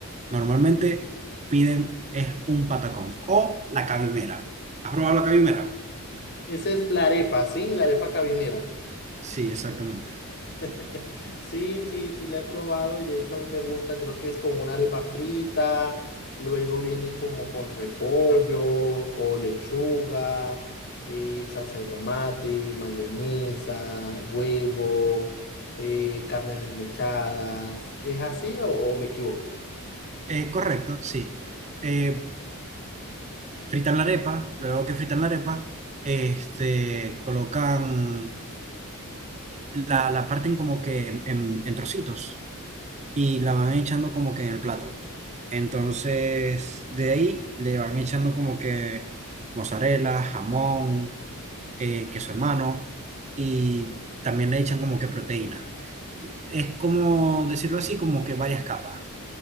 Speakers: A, on the right (about 30°); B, on the left (about 50°).
A: normalmente piden es un patacón o la cabimera. ¿Has probado la cabimera?
B: Esa es la arepa, ¿sí? La arepa cabimera.
A: Sí, exactamente.
B: <laughs> Sí, sí, sí, la he probado y de hecho a mí me gusta, creo que es con una arepa frita, luego viene como con repollo o lechuga, eh, salsa de tomate, mayonesa, huevo, eh, carnes desmechadas. ¿Es así o, o me equivoco?
A: Eh, correcto, sí. Eh, fritan la arepa, luego que fritan la arepa, este, colocan la, la parten como que en en- en trocitos. y la van echando como que en el plato. Entonces, de ahí le van echando como que mozzarella, jamón, eh, queso en mano y también le echan como que proteína. Es como decirlo así, como que varias capas